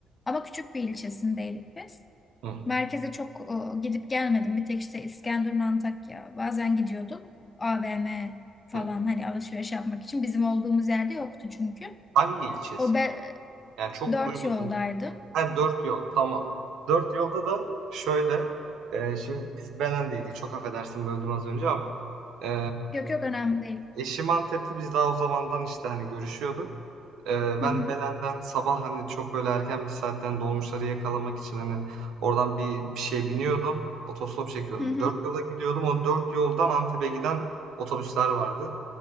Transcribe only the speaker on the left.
Ama küçük bir ilçesindeydik biz.
Merkeze çok e, gidip gelmedim. Bir tek işte İskenderun, Antakya. Bazen gidiyorduk. AVM falan
hani alışveriş yapmak için. Bizim olduğumuz yerde yoktu çünkü.
O be,
dört
yoldaydım.
Yok yok önemli değil.
Hı
hı.
Hı hı.